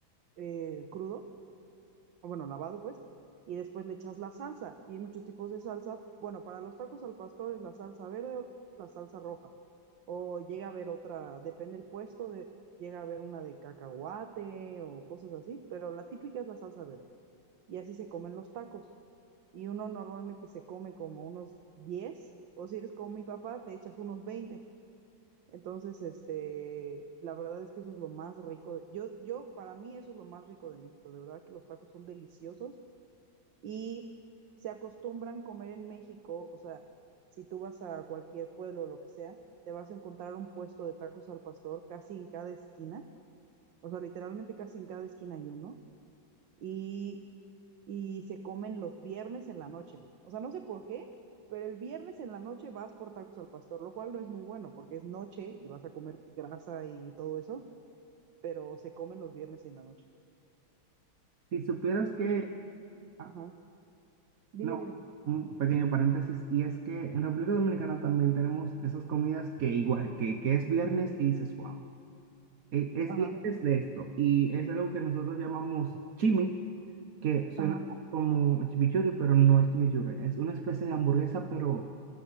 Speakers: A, on the right (about 70°); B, on the right (about 50°).
A: eh, crudo, o bueno, lavado pues, y después le echas la salsa y hay muchos tipos de salsa. Bueno, para los tacos al pastor es la salsa verde o la salsa roja o llega a haber otra, depende del puesto, de, llega a haber una de cacahuate o cosas así, pero la típica es la salsa verde y así se comen los tacos y uno normalmente se come como unos diez o si eres como mi papá, te echas unos veinte Entonces, este, la verdad es que eso es lo más rico. de- yo, yo, para mí eso es lo más rico de México. De verdad que los tacos son deliciosos y se acostumbran comer en México. O sea, si tú vas a cualquier pueblo o lo que sea, te vas a encontrar un puesto de tacos al pastor casi en cada esquina. O sea, literalmente casi en cada esquina hay uno. Y y se comen los viernes en la noche. O sea, no sé por qué, pero el viernes en la noche vas por tacos al pastor, lo cual no es muy bueno porque es noche y vas a comer grasa y todo eso, pero se comen los viernes y en la noche.
B: Si supieras que,
A: Y, eh,
B: ah,
A: ajá, dime,
B: no,
A: dime,
B: un pequeño paréntesis, y es que en República Dominicana también tenemos esas comidas que igual, que, que es viernes y dices, wow, e- es
A: ajá,
B: viernes de esto. Y es algo que nosotros llamamos chimi, que suena
A: ajá,
B: como chimichurri, pero no es chimichurri, es una especie de hamburguesa, pero